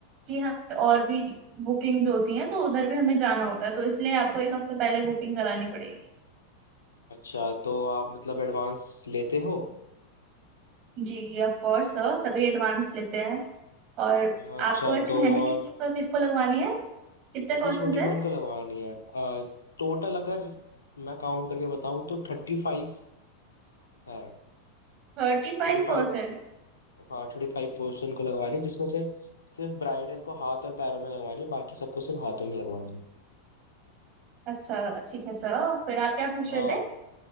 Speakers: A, on the right; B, on the left.
A: की हमें और भी बुकिंग्स होती हैं तो उधर भी हमें जाना होता है तो इसलिए आपको एक हफ्ते पहले बुकिंग
B: हम्म।
A: करानी पड़ेगी
B: अच्छा तो आप मतलब एडवांस लेते हो
A: जी जी ऑफ कोर्स सर सभी एडवांस लेते हैं और
B: अच्छा
A: आपको वैसे
B: तो
A: मेहंदी
B: और
A: किसको किसको लगवानी है कितने
B: अपनी
A: परसेंट
B: छोटी
A: है
B: बहन को लगवानी है आ, टोटल अगर मैं काउंट करके बताऊं तो थर्टी फाइव हाँ
A: Thirty five
B: थर्टी
A: percent
B: फाइव हाँ थर्टी फाइव पोर्शन को लगवानी है, जिसमें से सिर्फ ब्राइडल को हाथ और पैरों में लगवानी है बाकी सबको सिर्फ हाथों में लगवानी है
A: अच्छा ठीक है सर फिर आप क्या पूछ
B: हाँ
A: रहे थे